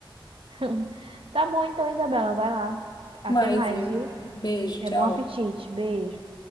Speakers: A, on the right (about 90°); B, on the left (about 55°).
A: <laughs> Tá bom então, Isabela, vai lá.
B: <laughs>
A: Até
B: Mas,
A: mais,
B: viu?
A: viu?
B: Beijo,
A: É
B: tchau.
A: bom apetite. Beijo.